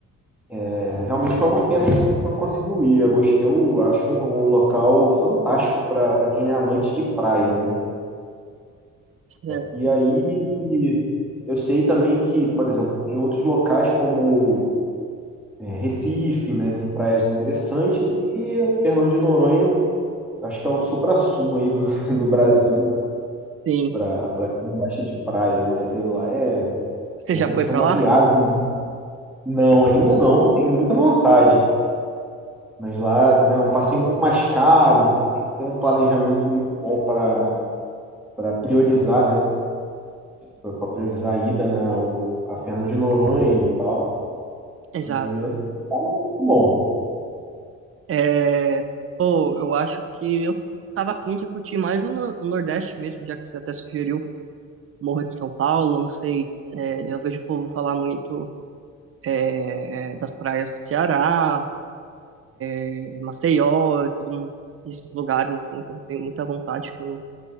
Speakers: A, in the centre; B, on the right (about 45°).
A: É, realmente foi uma pena que você não conseguiu ir. Eu, gost- eu acho um um local fantástico para quem é amante de praia, né?
B: Certo.
A: E aí eu sei também que, por exemplo, tem outros locais como É, Recife, né, tem praias interessantes e o Fernando de Noronha acho que é o suprassumo aí do <laughs> do Brasil, né,
B: Sim.
A: pra pra quem gosta de praia, mas aí lá é
B: Você
A: já
B: já
A: tem
B: foi
A: que ser
B: pra
A: uma
B: lá?
A: viagem não, ainda não, tenho muita vontade, mas lá, né, é um passeio um pouco mais caro, então tem que ter um planejamento muito bom para para priorizar, né, Para priorizar a ida, né, ao a Fernando de Noronha e tal,
B: Exato.
A: mas é muito bom.
B: É, pô, eu acho que eu tava afim de curtir mais o, no- o Nordeste mesmo, já que você até sugeriu Morro de São Paulo, não sei, é, eu vejo o povo falar muito é, das praias do Ceará, é, Maceió, e tudo, esses lugares, assim, então tenho muita vontade, que eu, não-